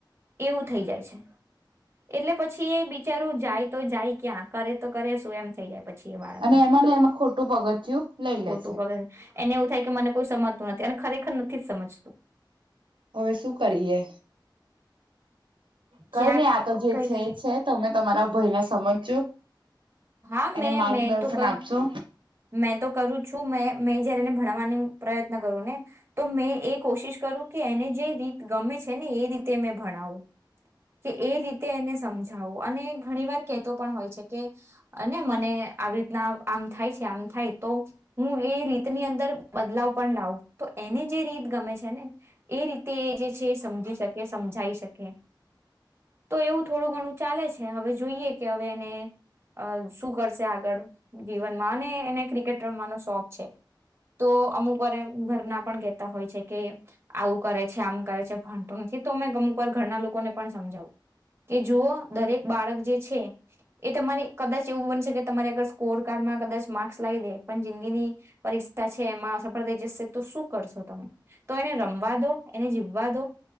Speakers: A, on the right; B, on the right.
A: એવું થઈ જાય છે એટલે પછી એ બિચારું જાય તો જાય ક્યાં કરે તો કરે શું એમ થઈ જાય પછી એ બાળકને
B: અને એમાં લ એમાં ખોટું પગથયું લઈ
A: ખોટું
B: લે છે
A: પગર એને એવું થાય કે મને કોઈ સમજતું નથી અને ખરેખર નથી જ સમજ
B: હવે શું કરીએ કઈ
A: ક્યાંક
B: નહી આતો જે
A: કઈક
B: છે એ છે તોમે તમારા ભયને સમજજો
A: હા
B: એને
A: મેં
B: માર્ગદર્શન
A: મે તો કર
B: આપશો
A: મેં તો કરું જ છું મે મેં જયારે એને ભણવાનો પ્રયત્ન કરું ને તો મેં એ કોશિશ કરું કે એને જે રીત ગમે છે ને એ રીતે મે ભણાવું કે એ રીતે એને સમજાવું અને ઘણી વાર કહેતો પણ હોય છે કેને મને આવી રીતના આમ થાય છે મ થાય તો હું એ રીતની અંદર બદલાવ પણ લાવું તો એને જે રીત ગમે છે ને એ રીતે એ જે છે સમજી શકે સમજાઈ શકે તો એવું થોડું ઘણું ચાલે છે હવે જોઈએ કે હવે એને અ શું કરશે આગળ જીવન એને ક્રિકેટ રમવાનો શોખ છે તો અમુક વા ભરના પણ કેતા હોય છે કે આવું કરે છે આમ કરે છે ભણતો નથી તો અમે અમુક વાર ઘરના લોકોને પણ સમજાવું કે જુઓ દરેક બાળક જે છે એ તમારે કદાચ એવું બનીશે કે તમારે આગર સ્કોર કાર્ડમાં કદાચ માર્ક્સ લાવી દે પણ જિંદગીની પરીક્ષા છે એમાં સફળ થઈ જશે તો શું કરશો તમે તો એને રમવા દો એને જીવવા દો